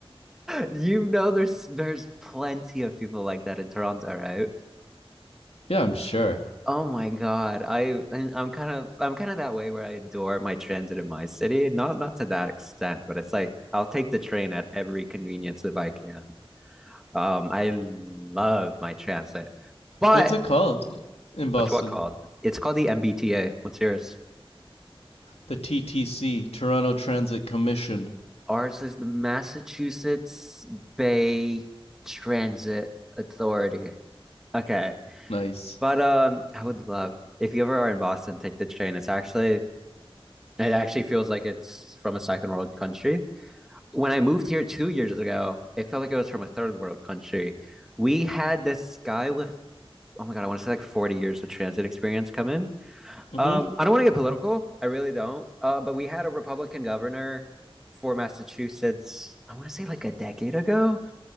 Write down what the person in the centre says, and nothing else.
You know, there's there's plenty of people like that in Toronto, right?
Oh my God, I and I'm kind of I'm kind of that way where I adore my transit in my city. Not not to that extent, but it's like I'll take the train at every convenience if I can. Um, I love my transit, but
what's what called? It's called the MBTA. What's yours?
Ours is the Massachusetts Bay Transit Authority. Okay.
But um I would love if you ever are in Boston, take the train. It's actually it actually feels like it's from a second world country. When I moved here two years ago, it felt like it was from a third world country. We had this guy with oh my God, I want to say like 40 years of transit experience come in.
Um, I don't want to get political. I really don't. Uh, but we had a Republican governor for Massachusetts, I want to say like a decade ago.